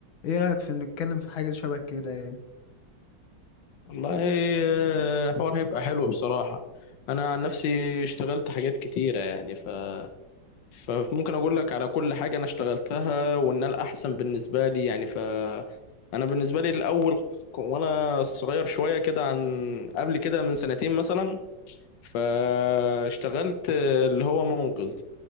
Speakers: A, on the left (about 85°); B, on the left (about 70°).
A: ايه رأيك في نتكلم في حاجة شبه كده يعني
B: والله آه، الحوار هيبقى حلو بصراحة أنا عن نفسي اشتغلت حاجات كتيرة يعني ف... فممكن أقول لك على كل حاجة أنا اشتغلتها وإن الأحسن بالنسبة لي يعني ف أنا بالنسبة لي الأول ك- وأنا صغير شوية كده عن قبل كده من سنتين مثلا فاشتغلت اللي هو منقذ